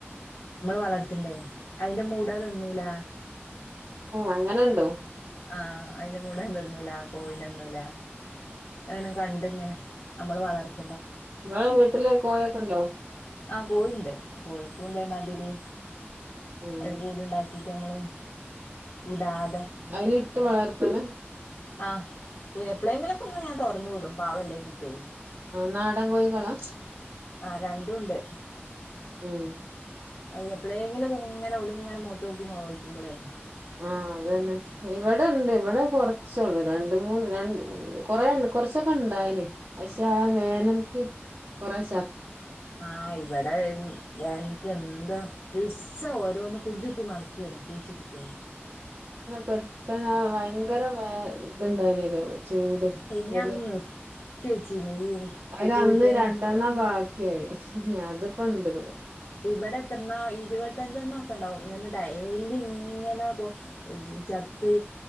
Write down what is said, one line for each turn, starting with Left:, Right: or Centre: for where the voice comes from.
Left: വളർത്തണ്ടേ അതിന്റെ മൂട തിന്നൂല
Right: അങ്ങനെണ്ടോ
Left: ആഹ് അതിന്റെ മുട എന്തന്നുംല കോയിനന്നുംല അങ്ങന കണ്ടിങ്ങനെ നമ്മള് വളർച്ച
Right: നിങ്ങെ വീട്ടില പോയക്കണ്ടോ
Left: ആഹ് കോഴിണ്ട് കോഴിക്കും ഇതേ മതിരി
Right: ഉം.
Left: ഒര് കൂട്ണ്ടാക്ക എന്നിട്ട് നമ്മള് വിടാതെ
Right: അതിൽ ഇട്ട് വളർത്തന
Left: ആ എപ്പോഴെങ്കിലും അന്ന് ഞാൻ തുറന്നു വിടു പാവല്ലേ ചിറ്റേ
Right: ആ നാടൻ കോഴികളാ
Left: ആ രണ്ടുംണ്ട്
Right: ഉം
Left: അതെ എപ്പഴെങ്കിലുംക്കെ ഇങ്ങെഓലും ഇങ്ങനെ മോത്ത് നോക്കിമ്പോളേ
Right: ആഹ് അത് തന്നെ ഇവിടെ ഉണ്ട് ഇവിടെ കൊറച്ചള്ളു രണ്ട് മൂന്ന് രണ്ട് കൊറെ കൊറച്ചൊക്കെ ഉണ്ടായന് പക്ഷെ ആ വേനൽക്ക് കൊറെ ച
Left: ആഹ് ഇവിടെ എനക്ക് എന്താ ദിവസം ഓരോന്നും കുഞ്ചുത്തി മടക്കുകയാണ് കുഴിച്ചിട്ട അതെ അതെ
Right: പെട്ടന്ന് ട്ട ഭയങ്കര വേ ഇത്ണ്ടായിനല്ലോ ചൂട്
Left: പിന്നെ
Right: അതില്
Left: അന്ന് നിർത്തി വെച്ചീനു ഈ
Right: അതിൽ
Left: കോഴിപ്പേന
Right: അന്ന് രണ്ടെണ്ണം ബി അതിപ്പ ഉണ്ട്വിടെ
Left: ഇവിടെ എത്രണ ഇരുപത്തഞ്ചെണ്ണം ഒക്കെ ഉണ്ടാവും ഇങ്ങനെ ഡെലി ഇങ്ങനെ കൊ ചത്ത്